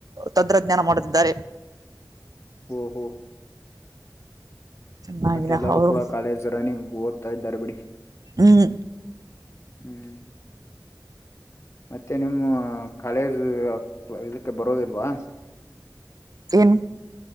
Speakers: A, on the right; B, on the left.
A: ತಂತ್ರಜ್ಞಾನ ಮಾಡುತ್ತಿದ್ದಾರೆ.
B: ಓಹೋ
A: ಚೆನ್ನಾಗಿನ
B: ಬಟ್ ಎಲ್ಲರೂ
A: ಅವರು
B: ಕೂಡ ಕಾಲೇಜ್ ರನ್ ಓದ್ತಾ ಇದ್ದಾರೆ ಬಿಡಿ.
A: ಹ್ಮ್
B: ಹ್ಮ್ ಮತ್ತೆ ನಿಮ್ಮ ಕಾಲೇಜ್ ಇದಕ್ಕೆ ಬರೋದಿಲ್ವಾ.
A: ಏನ್